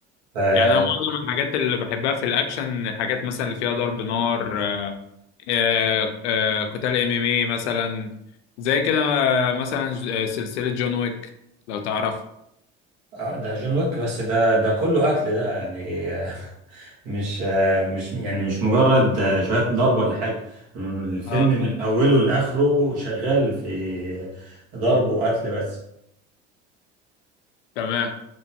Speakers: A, on the right; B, on the left.
A: ف-
B: يعني انا معظم الحاجات اللي بحبها في الاكشن الحاجات مثلا اللي فيها ضرب نار آه، آه، آه، قتال ام ام اي مثلا زي كده آه، مثلا ج- آه، سلسلة جون ويك لو تعرف
A: آه، ده جون ويك بس ده ده كله قتل ده يعني آه، مش آه، مش يعني مش مجرد آه، شويه ضرب ولا حاجه الفيلم
B: اه
A: من اوله لاخره شغال في ضرب وقتل بس
B: تمام